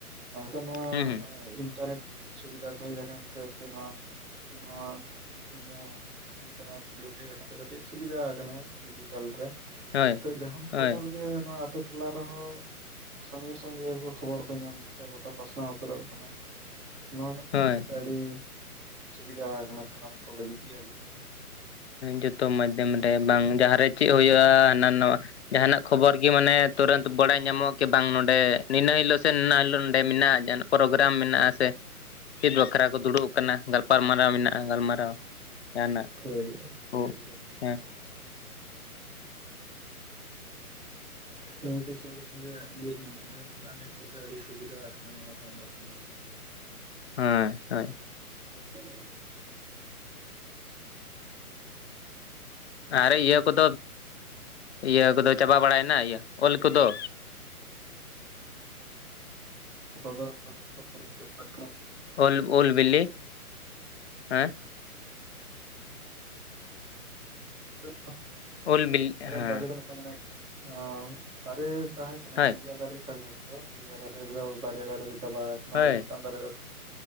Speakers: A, on the right; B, on the left.
A: ᱱᱤᱛᱚᱜ ᱱᱚᱣᱟ
B: ᱦᱩᱸ ᱦᱩᱸ
A: ᱤᱱᱴᱟᱨᱱᱮᱴ ᱥᱩᱵᱤᱫᱷᱟ ᱠᱚ ᱦᱮᱡ ᱟᱠᱟᱱ ᱛᱮ ᱥᱮ ᱱᱚᱣᱟ ᱱᱚᱣᱟ <unintelligible> ᱤᱱᱴᱟᱨᱱᱮᱴ ᱡᱩᱜᱽ ᱦᱮᱡ ᱟᱠᱟᱱ ᱠᱟᱹᱴᱤᱡ ᱥᱩᱵᱤᱫᱟ ᱟᱠᱟᱱᱟ ᱰᱤᱡᱤᱴᱟᱞ ᱨᱮ
B: ᱦᱳᱭ
A: ᱱᱤᱛᱚᱜ ᱡᱟᱦᱟᱱ ᱠᱷᱚᱵᱚᱨ
B: ᱦᱳᱭ
A: ᱜᱮ ᱱᱚᱣᱟ ᱟᱹᱛᱩ ᱴᱚᱞᱟ ᱨᱮᱦᱚᱸ ᱥᱚᱸᱜᱮ ᱥᱚᱸᱜᱮ ᱠᱷᱚᱵᱚᱨ ᱠᱚ ᱧᱟᱢ ᱮᱫᱟᱥᱮ ᱜᱚᱴᱟ ᱯᱟᱥᱱᱟᱣ ᱩᱛᱟᱹᱨᱚᱜ ᱠᱟᱱᱟ᱾ ᱱᱚᱣᱟ ᱢᱤᱫ ᱛᱟᱦᱮᱸ
B: ᱦᱳᱭ
A: ᱠᱟᱛᱮᱫ ᱟᱹᱰᱤ ᱥᱩᱵᱤᱫᱷᱟ ᱟᱠᱟᱱᱟ ᱥᱟᱱᱟᱢ ᱠᱚ ᱞᱟᱹᱜᱤᱫ ᱜᱮ ᱮᱠᱫᱚᱢ᱾
B: ᱡᱚᱛᱚ ᱢᱟᱫᱽᱫᱷᱚᱢ ᱨᱮ ᱵᱟᱝ ᱡᱟᱦᱟᱸᱨᱮ ᱪᱮᱫ ᱦᱩᱭᱩᱜᱼᱟ ᱦᱟᱱᱟ ᱱᱚᱣᱟ ᱡᱟᱦᱟᱸᱱᱟᱜ ᱠᱷᱚᱵᱚᱨ ᱜᱮ ᱢᱟᱱᱮ ᱛᱩᱨᱟᱹᱱᱛ ᱵᱟᱰᱟᱭ ᱧᱟᱢᱚᱜᱼᱟ ᱠᱤ ᱵᱟᱝ ᱱᱚᱸᱰᱮ ᱱᱤᱱᱟᱹ ᱦᱤᱞᱚᱜ ᱥᱮ ᱱᱤᱱᱟᱹ ᱦᱤᱞᱚᱜ ᱱᱚᱸᱰᱮ ᱢᱮᱱᱟᱜᱼᱟ ᱡᱟᱦᱟᱸ ᱯᱨᱚᱜᱨᱟᱢ ᱢᱮᱱᱟᱜᱼᱟ ᱥᱮ ᱪᱮᱫ ᱵᱟᱠᱷᱨᱟ ᱠᱚ ᱫᱩᱲᱩᱵ ᱟᱠᱟᱱᱟ ᱜᱟᱞᱯᱟᱞᱢᱟᱨᱟᱣ ᱢᱮᱱᱟᱜᱼᱟ ᱜᱟᱞᱢᱟᱨᱟᱣ ᱡᱟᱦᱟᱱᱟᱜ᱾
A: ᱦᱚᱭ
B: ᱠᱚ
A: ᱮᱠᱫᱚᱢ᱾
B: ᱦᱮᱸ᱾
A: <unintelligible> ᱱᱚᱣᱟ ᱠᱚ ᱥᱚᱸᱜᱮ ᱥᱚᱸᱜᱮ ᱵᱩᱡᱽ ᱧᱟᱢᱚᱜ ᱜᱮ ᱢᱤᱫ ᱵᱟᱠᱷᱮ ᱟᱹᱰᱤ ᱥᱩᱵᱤᱫᱷᱟ ᱟᱠᱟᱱᱟ <unintelligible> ᱧᱚᱜ ᱠᱟᱱᱟ᱾
B: ᱦᱮᱸ ᱦᱚᱭ᱾
A: ᱦᱮᱸ᱾
B: ᱟᱨ ᱤᱭᱟᱹ ᱠᱚᱫᱚ ᱤᱭᱟᱹ ᱠᱚᱫᱚ ᱪᱟᱵᱟ ᱵᱟᱲᱟᱭᱮᱱᱟ ᱤᱭᱟᱹ ᱚᱞ ᱠᱚᱫᱚ?
A: ᱠᱚᱫᱚᱜ <unintelligible>
B: ᱩᱞ ᱩᱞᱵᱤᱞᱤ ᱦᱮᱸ᱾
A: <unintelligible>
B: ᱳᱞ ᱵᱤᱞᱤ ᱦᱮᱸ
A: ᱫᱟᱨᱮ ᱫᱚ ᱢᱤᱫᱴᱟᱝ ᱢᱮᱱᱟᱭ ᱟᱸ ᱫᱟᱨᱮ ᱛᱟᱦᱮᱸ ᱠᱟᱱᱟ
B: ᱦᱳᱭ
A: ᱯᱤᱭᱟ ᱫᱟᱨᱮ ᱛᱟᱞᱮᱭᱟ ᱛᱚ ᱯᱤᱭᱟ ᱫᱟᱨᱮ ᱨᱮᱫᱚ ᱵᱟᱨᱭᱟ ᱫᱟᱨᱮ ᱫᱚ ᱪᱟᱵᱟᱣ ᱠᱟᱱᱟ,
B: ᱦᱳᱭ
A: ᱟᱨ ᱢᱤᱫᱴᱟᱝ ᱫᱟᱨᱮ <unintelligible>